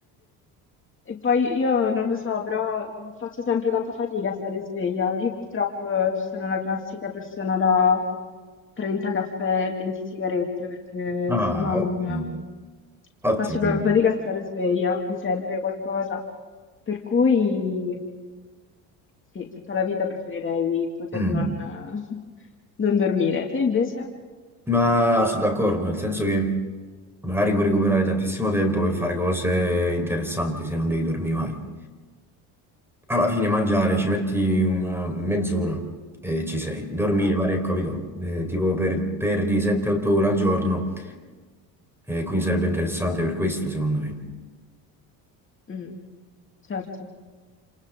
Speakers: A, on the left; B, in the centre.
A: E poi io non lo so, però mm, faccio sempre tanta fatica a stare sveglia. Io purtroppo eh, sono la classica persona da 30 caffè e 20 sigarette, perché
B: Ah,
A: sennò non
B: ottimo,
A: eh,
B: ottimo.
A: faccio proprio fatica a stare sveglia, mi serve qualcosa. Per cui sì, tutta la vita preferirei poter
B: Mm.
A: non, <laughs> non dormire. Te invece?
B: Ma sono d'accordo, nel senso che magari puoi recuperare tantissimo tempo per fare cose interessanti se non devi dormire mai. Alla fine mangiare ci metti una mezz'ora e ci sei. Dormire,
A: Eh,
B: pare, capito? Eh, tipo per- perdi 7-8 ore al giorno, e quindi sarebbe interessante per questo, secondo me.
A: mm, certo.